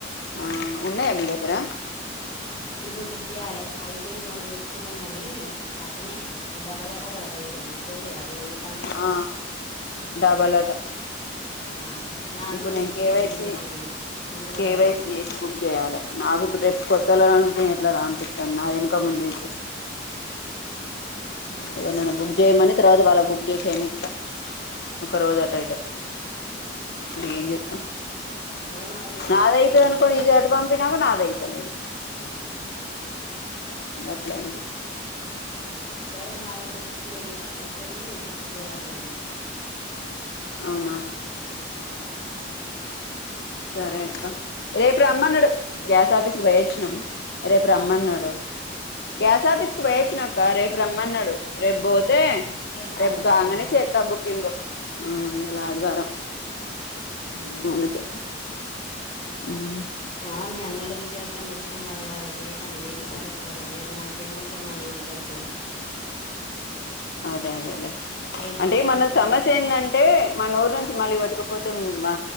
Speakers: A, on the left (about 55°); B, on the left (about 30°).
A: ఆ ఉన్నాయా మీ దగ్గర
B: ఇప్పుడు బుక్ చేయ్యాలి అయిపోయింది. మొన్న పెట్టుకున్నాం గాని అట్లనే డబ్బలా ఆట కదా పైసలు ఇత్త తీయ రాదు ఏమైతంది.
A: ఆ డబాలట
B: ఆ నాకు
A: ఇప్పుడు
B: కూడా
A: నేను
B: తెలిసింది
A: కేవైసి
B: ఈ మధ్యలనే ములుగుల
A: కేవైసి
B: డబల్ అని
A: చేసి బుక్ చేయాలి నాకు ఇప్పుడు రేపు కొత్తల నేను ఎట్లా రా ఆనిపిత్తంది. నాది ఏనుక ముందు ఐతే
B: ఉమ్,
A: ఎవరనీ ఆన్న బుక్ జేయ మని తరూవా ఇవాళ బుక్ చేసి అయినిత్త ఒక రోజు అటు ఇటు ఇగా ఏం
B: ఉమ్.
A: చెత్తం
B: అదే మాది ఇంకా
A: నాదయితది
B: బుక్ చేయలే
A: అనుకోనీ ఇది అటు పంపి పంపినక నాదైతలేదు
B: ఉ
A: గాట్ల అయింది.
B: గదే మాది ఇంకా బుక్ చేయలే అయిపోయింది. బుక్ చేయ్యలే ఇయ్యాల
A: అవునా
B: హ్
A: సరే అక్క రేపు రామ్మన్నాడు గ్యాస్ ఆఫీస్ కు పోయొచ్చినం రేపు రమ్మన్నాడు
B: ఆ
A: గ్యాస్ ఆఫీస్ కు పోయొచ్చినాక్క రేపు రమ్మన్నాడు రేపు బో అదే
B: ఇయాల
A: రేపు
B: ఆదివారం
A: కంగానే
B: కదా
A: చేత్త బుకింగ్ హ్ ఈయల్ల అదివారం
B: ఉమ్.
A: అందుకే ఉమ్
B: ఆ మీ అన్నల గిట్ట ఎవరికైన తెలిసిననోళ్లను అడుగరాదు అది ఏమైతంది వేయి వాళ్ళు ఎక్కువ ఆడగారు ఎవరన్న అర్జెంట్ అంటే మనయి కుడ ఇయ్యచ్చు కదా
A: అదే అదేలే
B: ఏసుకుపోయినందుకు
A: అంటే మన
B: వంద
A: సమస్య ఏంటంటే మన ఊరు నుంచి మళ్ళీ పట్టుకుపో లేకపోతే మా